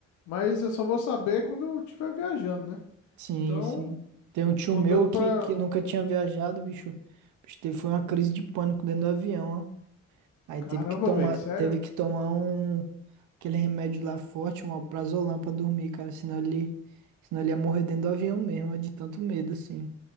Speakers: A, on the left; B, on the right.
A: mas eu só vou saber quando eu estiver viajando, né?
B: Sim,
A: Então,
B: sim. Tem um tio
A: tô
B: meu
A: doido
B: que,
A: pra.
B: que nunca tinha viajado, bicho. Bicho, teve, foi uma crise de pânico dentro do avião, ó. Aí
A: Caramba,
B: teve que tomar,
A: velho, sério?
B: teve que tomar um aquele remédio lá forte, um alprazolam pra dormir, cara. Senão ele, senão ele ia morrer dentro do avião mesmo, ó, de tanto medo, assim.